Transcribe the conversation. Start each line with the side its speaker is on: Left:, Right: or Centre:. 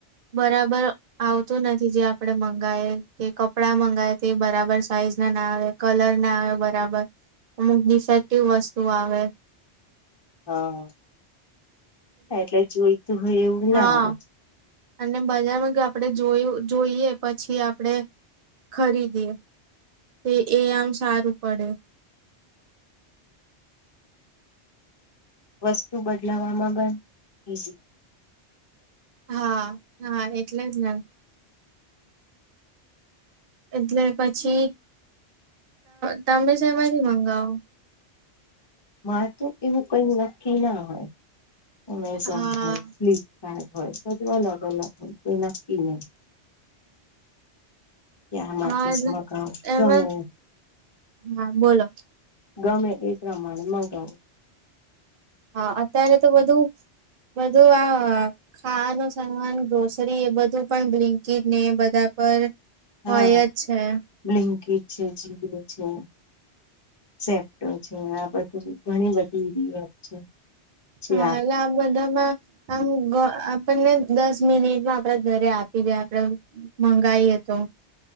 Right: બરાબર આવતું નથી જે આપડે મંગાય કે કપડા મંગાય તે બરાબર સાઈઝ ના ના આવે કલર ના આવે બરાબર અમુક ડિફેક્ટિવ વસ્તુ આવે
Left: હા એટલે જોઈતું હોય, એવું
Right: હા
Left: ના આવે
Right: અને બજારમાં જો આપડે જોયું જોઈએ પછી આપડણે ખરીદીએ તો એ આમ સારું પડે
Left: વસ્તુ બદલાવામાં બન ઈઝી
Right: હા, હા એટલે જ ને એટલે પછી, તમે સહેમાંથી મંગાવો
Left: મારે તો એવું કઈ નક્કી ના હોય, અમેઝોન
Right: હા.
Left: હોય ફ હોય, અલગ અલગ હોય કો નક્કી નહી ત્યાંમાંથી
Right: હા એટલે
Left: જ મગાવ
Right: એમાં
Left: ગમે
Right: હા બોલો
Left: ગમે એ પ્રમાણે મગાવો
Right: હા, અત્યારે તો બધું બધું આ ખાવાનું સામાન ગ્રોસરી એ બધું પણ બિંકી ને બધા પર
Left: હા
Right: હોય જ છે
Left: બ્લિંકટ છે. જીઓ છે. સેપ્ટો છે. આ બધું ઘણી બધી છે જે
Right: હા,
Left: આપ
Right: એલા આમ બધામાં આમ આપણને, દસ મિનિટમાં આપડા ઘરે આપી દે આપડે મંગાઈએ તો